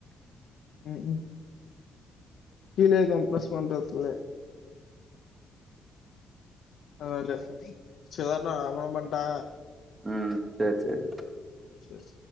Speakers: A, on the left; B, on the right.
A: ம் ம் கீழே கம்ப்ரஸ் பண்றது அ அதுலே செரி வரேண்டா அப்றம் பண்றே
B: ம் செரி செரி
A: செரி